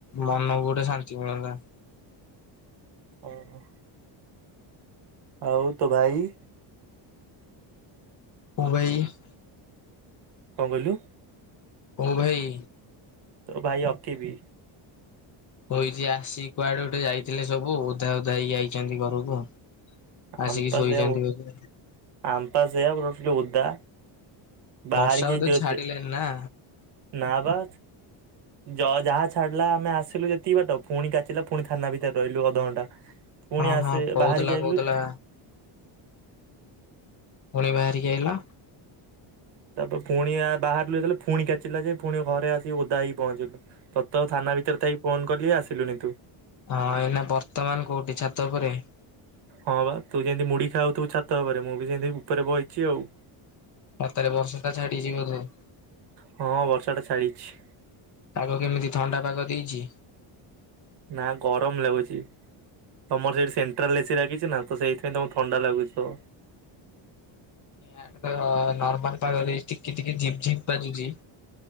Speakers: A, on the left; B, on the right.
A: ମନକୁ ଗୋଟେ ଶାନ୍ତି ମିଳନ୍ତା।
B: ଏଁ। ଆଉ ତୋ ଭାଇ?
A: <unintelligible>
B: କଣ କହିଲୁ?
A: କୋଉ ଭାଇ?
B: ତୋ ଭାଇ ଅକି ବି।
A: କହିଛି ଆସିିକି କୁଆଡେ ଗୋଟେ ଯାଇଥିଲେ ସବୁ ଓଧା ଓଧା ହେଇକି ଆଇଛନ୍ତି ଘରକୁ। ଆସିକି
B: ଆମପା
A: ଶୋଇଛନ୍ତି
B: ସେ
A: ବୋଧେ
B: ଆମ୍ପା ସେ ରଟ ଉଦା ବାହାରିକି
A: ବର୍ଷା ବୋଧେ
B: <unintelligible>
A: ଛାଡିଲାନି ନା।
B: ନା ବା। ଯ ଯାହା ଛାଡିଲା ଆମେ ଆସିଲୁ ଯେତିକି ବାଟ ପୁଣି କାଚିଲା ପୁଣି ଥାନା ଭିତରେ ରହିଲୁ ଅଧଘଣ୍ଟା। ପୁଣି
A: ହଁ
B: ଆସେ
A: ହଁ କହୁଥିଲା
B: ବାହାରିକି ଆଇଲୁ
A: କହୁଥିଲା। ପୁଣି ବାହାରିକି ଆଇଲ
B: ତାପରେ ପୁଣି ବାହାରିଲୁ ଯେତେ ପୁଣି କାଚିଲା ଯେ ପୁଣି ଘରେ ଆସି ଓଦା ହେଇକି ପହଞ୍ଚିଲୁ। ତ ଥାନା ଭିତରେ ଥାଇ ଫୋନ କଲି ଆସିଲୁନି ତୁ।
A: ହଁ ଏଇନା ବର୍ତମାନ କୋଉଠି ଛାତ ଉପରେ?
B: ହଁ ବା ତୁ ଯେମିତି ମୁଢି ଖାଉ ତୁ ଛାତ ଉପରେ ମୁଁ ବି ଯେମିତି ଉପରେ ବଇଛି ଆଉ।
A: ରାତରେ ବର୍ଷ ଟା ଛାଡିଛିି ବୋଧେ।
B: ହଁ ବର୍ଷାଟା ଛାଡ଼ିଛି।
A: ପାଗ କେମିତି ଥଣ୍ଡା ପାଗ ଦେଇଛି?
B: ନା ଗରମ ଲାଗୁଛି। ତମର ସେଠି ସେଣ୍ଟ୍ରାଲ ଏସି ଲାଗିଛି ନା ତ ସେଇଥିପାଇଁ ତମକୁ ଥଣ୍ଡା ଲାଗୁଥବ
A: ଆଡେ ତ ନର୍ମାଲ ପାାଗରେ ଟିକେ ଟିକେ ଝିପ୍ ଝିପ୍ ବାଜୁଛି